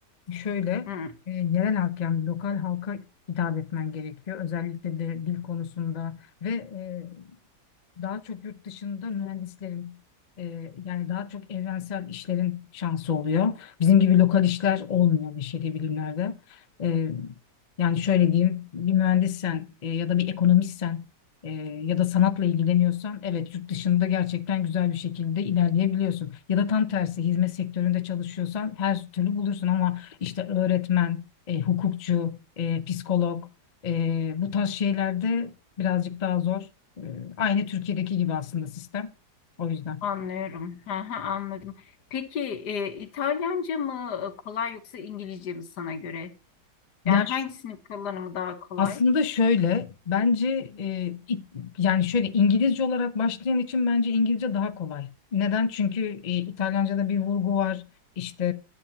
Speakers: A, on the left; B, on the left.
A: Şöyle
B: hı,
A: e, yerel halk yani lokal halka hitap etmen gerekiyor. Özellikle de dil konusunda ve e, daha çok yurt dışında mühendislerin e, yani daha çok evrensel işlerin şansı oluyor. Bizim gibi lokal işler olmuyor beşeri bilimlerde. E, yani şöyle diyeyim bir mühendissen e, ya da bir ekonomistsen e, ya da sanatla ilgileniyorsan evet yurt dışında gerçekten güzel bir şekilde ilerleyebiliyorsun. Ya da tam tersi hizmet sektöründe çalışıyorsan her türlü bulursun ama işte öğretmen, e, hukukçu, e, psikolog e, bu tarz şeylerde birazcık daha zor. Ee, Aynı Türkiye'deki gibi aslında sistem. O yüzden.
B: anlıyorum. Hı hı, anladım. Peki e, İtalyanca mı e, kolay yoksa İngilizce mi sana göre?
A: Ya
B: Yani hangisinin kullanımı daha kolay?
A: Aslında şöyle, bence e, it- yani şöyle İngilizce olarak başlayan için bence İngilizce daha kolay. Neden? Çünkü e, İtalyanca'da bir vurgu var. İşte